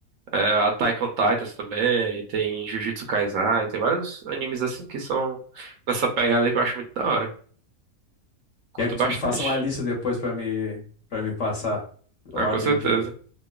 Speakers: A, on the right (about 70°); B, on the left (about 60°).
A: É, Attack on Titans também, tem Jujutsu Kaisen, tem vários animes assim que são nessa pegada que eu acho muito da hora. Curto
B: Quer que
A: bastante.
B: tu faça uma lista depois pra me, para me passar ordem
A: Ah, com certeza.
B: de,